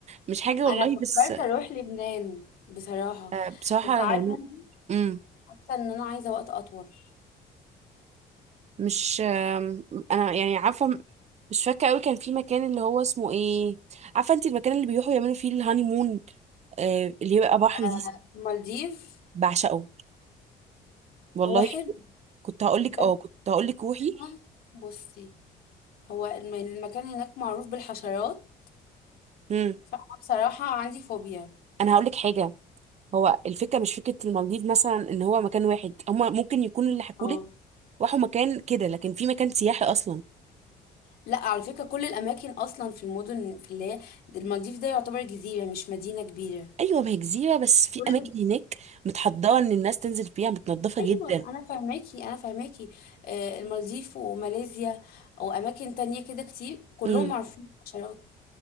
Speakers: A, on the right; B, on the left.
A: مش حاجه والله
B: انا فكرت
A: بس
B: اروح لبنان بصراحة
A: آه، بصراحه
B: بس عارفة
A: يعني
B: انت
A: امم
B: حاسة ان انا عايزة وقت اطول
A: مش آم، انا يعني عارفه م- مش فاكره قوي كان في مكان اللي هو اسمه ايه عارفه انت المكان اللي بيروحوا يعملوا فيه الهاني مون آه، اللي يبقى بحر
B: آه،
A: دي
B: المالديف
A: بعشقه والله
B: هو حلو
A: كنت هقول لك
B: بس
A: اه كنت هقول لك روحي
B: انا بصي هو الم- المكان هناك معروف بالحشرات
A: امم
B: فانا بصراحة عندي فوبيا
A: انا هقول لك حاجه هو الفكره مش فكره المالديف مثلا ان هو مكان واحد هما ممكن يكون اللي حكولك
B: اه
A: راحوا مكان كده لكن في مكان سياحي اصلا
B: لا على فكرة كل الاماكن اصلا في المدن في اللي هي المالديف ده يعتبر جزيرة مش مدينة كبيرة
A: ايوه ما هي جزيره بس في
B: كله
A: اماكن هناك متحضره ان الناس تنزل فيها متنضفه
B: ايوه
A: جدا
B: انا فاهماكي انا فاهماكي آه، المالديف وماليزيا واماكن تانية كده كتير كلهم
A: امم
B: معروفين بالحشرات